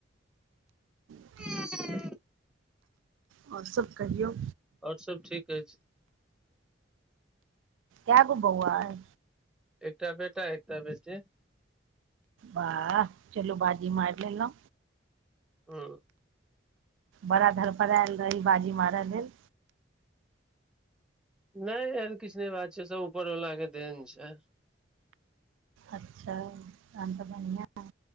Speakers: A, on the right; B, in the centre.
A: हू
B: ह।
A: आओर सब कहियौ?
B: आओर सब ठीक अछि।
A: के गो बौआ अय?
B: एकटा बेटा, एकटा बेटी।
A: वाह चलू बाजी मारि लेलहुँ।
B: ह।
A: बड़ा धर पर आयल रही बाजी मारय लेल।
B: नहि एहन किछु नहि बात छै सब ऊपर वालला के देन छै।
A: अच्छा तन तऽ बढ़िआँ ह।